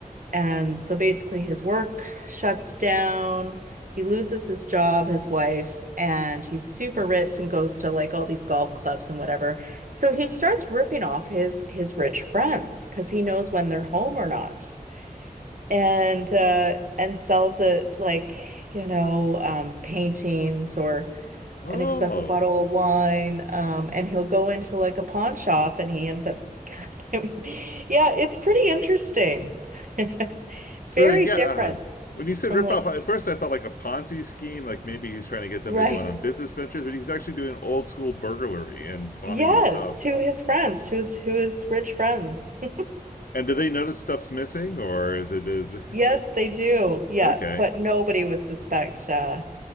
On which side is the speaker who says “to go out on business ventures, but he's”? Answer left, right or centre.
Left